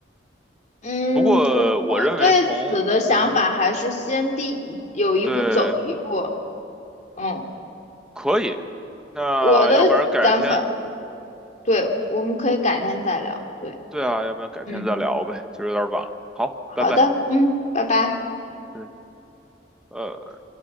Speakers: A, on the left (about 40°); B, in the centre.
A: 嗯，
B: 不过我认为从嗯哼
A: 我我对此的想法还是先第一有一步走一步。
B: 对。
A: 嗯，
B: 可以，那要不然改天，
A: 我的想法，对，我们可以改天再聊。对，
B: 对啊，要不然改天再聊呗，
A: 嗯，
B: 就是有点晚了。好，
A: 好的，
B: 拜拜。
A: 嗯，拜拜。
B: 嗯，呃。